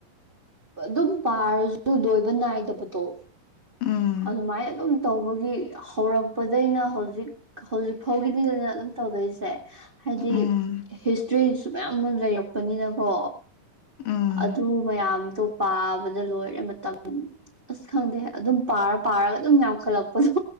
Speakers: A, on the right (about 25°); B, on the left (about 70°).
A: ꯑꯗꯨꯝ ꯄꯥꯔꯖꯨ ꯂꯣꯏꯕ ꯅꯥꯏꯗꯕꯗꯣ
B: ꯎꯝ
A: ꯑꯗꯨꯃꯥꯏ ꯑꯗꯨꯝ ꯇꯧꯕꯒꯤ ꯍꯧꯔꯛꯄꯗꯩꯅ ꯍꯧꯖꯤꯛ ꯍꯧꯖꯤꯛ ꯐꯥꯎꯒꯤꯗꯤꯗꯅ ꯑꯗꯨꯝ ꯇꯧꯗꯣꯏꯁꯦ ꯍꯥꯏꯗꯤ
B: ꯎꯝ
A: ꯍꯤꯁꯇ꯭ꯔꯤꯁꯨ ꯃꯌꯥꯝꯃ ꯂꯩꯔꯛꯄꯅꯤꯅꯀꯣ
B: ꯎꯝ
A: ꯑꯗꯨ ꯃꯌꯥꯝꯗꯣ ꯄꯥꯕꯗ ꯂꯣꯏꯔꯦ ꯃꯇꯝ ꯑꯁ ꯈꯪꯗꯦ ꯑꯗꯨꯝ ꯄꯥꯔ ꯄꯥꯔꯒ ꯑꯗꯨꯝ ꯌꯥꯝꯈꯠꯂꯛꯄꯗꯣ